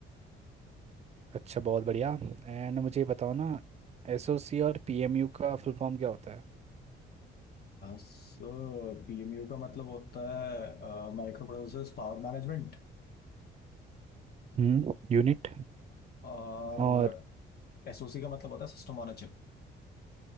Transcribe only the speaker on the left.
सो पीएमयू का मतलब होता है माइक्रो प्रोसेसर पावर मैनेजमेंट
और
एसओसी का मतलब होता है system on a chip